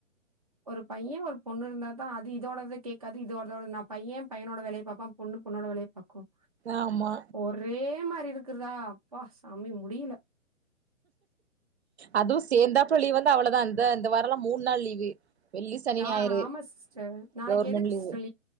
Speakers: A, on the right; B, on the right.
A: ஒரு பையன் ஒரு பொண்ணு இருந்தா தான் அது இதோடத கேக்காது இதோடத நா பையன் பையனேட வேலய பாப்பான் பொண்ணு பொண்ணோட வேலய பாக்கும்
B: ஆமா
A: ஒரே மாரி இருக்கிறதா அப்பா சாமி முடியில
B: அதுவும் சேந்தாப்பல லீவ் வந்தா அவ்ளோதா அந்த இந்த வாரலாம் மூண் நாள் லீவு வெள்ளி சனி
A: ஆ
B: ஞாயிறு
A: ஆமா சிஸ்டர் நாளைக்கு
B: கவுர்மென்ட்
A: எதுக்கு
B: லீவு
A: சிஸ்டர்